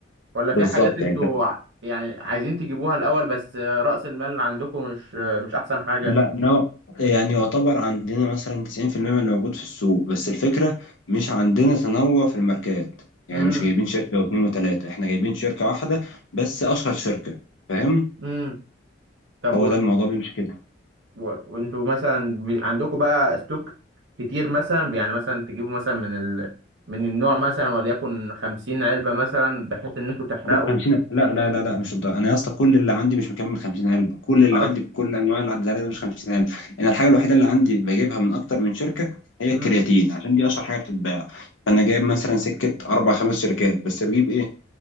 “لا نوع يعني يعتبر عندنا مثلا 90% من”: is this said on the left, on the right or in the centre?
Left